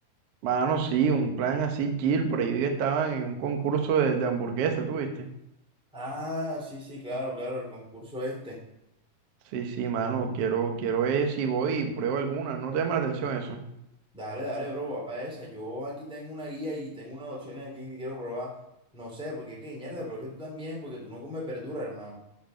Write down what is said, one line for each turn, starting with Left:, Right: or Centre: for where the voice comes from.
Right: Mano, sí, un plan así chill, por ahí vi que estaban en un concurso de, de hamburguesa, ¿tú viste?
Centre: Ah, sí, sí, claro, claro, el concurso este.
Right: Sí, sí, mano, quiero, quiero ver si voy y pruebo alguna, no te llama la atención eso.
Centre: Dale, dale, bro, va para esa. Yo aquí tengo una guía y tengo unas opciones aquí que quiero probar. No sé, porque qué, mierda, pero es que tú también, porque tú no comes verdura, hermano.